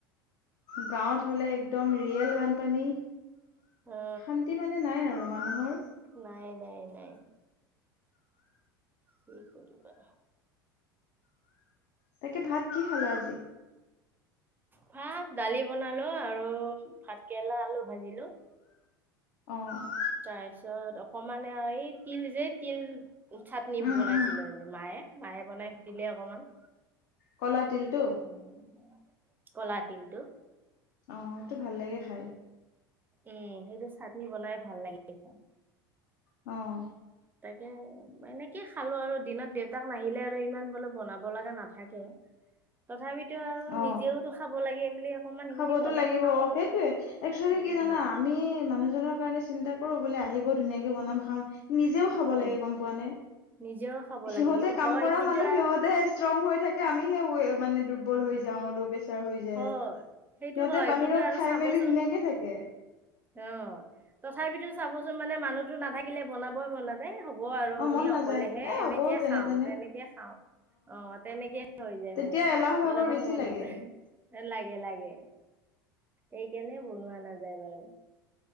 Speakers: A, on the left; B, on the right.
A: গাঁৱত হলে একদম ৰিয়েল বানপানী।
B: অ
A: শান্তি মানে নাই আৰু- মানুহৰ।
B: নাই, নাই, নাই। কি কৰিবা!
A: তাকে ভাত কি খালা আজি?
B: ভাত দালি বনালো আৰু ভাতকেৰেলা আলু ভাজিলো।
A: অ'!
B: তাৰপিছত অকমান আৰু এই তিল যে তিল চাটনি
A: উম
B: বনাইছিলো
A: উম
B: আজি। মায়ে মায়ে বনাই দিলে অকমান
A: কলা তিলটো?
B: উম কলা তিলটো!
A: অ', এটো ভাল লাগে খাই
B: উম, সেইটো চাটনি বনাই ভাল লাগে খায়।
A: অ'।
B: তাকে এনেকে খালো আৰু দিনত দেউতাক নাহিলে আৰু ইমান বোলো বনাব লগা নাথাকে। তথাপিতো আৰু
A: অ
B: নিজেওতো খাব লাগে বুলি অকমান সেইখিনি
A: খাবতো
B: বনাই
A: লাগিব
B: খাওঁ
A: অ'
B: আৰু
A: সেইটোয়ে। একচুৱেলি
B: উম
A: কি জানা আমি মানুহজনৰ কাৰণে চিন্তা কৰো বোলে আহিব ধুনীয়াকে বনাম খাম। নিজেও খাব
B: অ
A: লাগে গম পোৱা নে?
B: নিজেও খাব
A: সিহঁতে
B: লাগে কিন্তু
A: কাম
B: হয়
A: কৰা
B: কিন্তু
A: মানুহ সিহঁতে ষ্ট্ৰং হৈ থাকে আমিহে মানে দুৰ্বল হৈ যাওঁ ল' প্ৰেছাৰ হৈ যায়।
B: হয় সেইটো
A: সিহঁতে
B: হয়
A: বাহিৰত
B: কিন্তু আৰু
A: খায়
B: চাবচোন
A: মেলি ধুনীয়াকে থাকে।
B: অ', থাপিতো চাবচোন মানে মানুহতো নাথাকিলে বনাবই মন নাযায়। হব আৰু
A: অ
B: আমি
A: মন নাযায়
B: অকলেহে
A: এ হ'ব
B: এনেকে
A: যেনে
B: খাওঁ
A: তেনে
B: তেনেকে খাওঁ। অ তেনেকে হৈ যায়
A: তেতিয়া
B: মানে
A: এলাহ
B: বনাব
A: ভাগৰ বেছি
B: মন
A: লাগে
B: নাযায় লাগে লাগে এই কেণে বনোৱা নাযায় বাৰু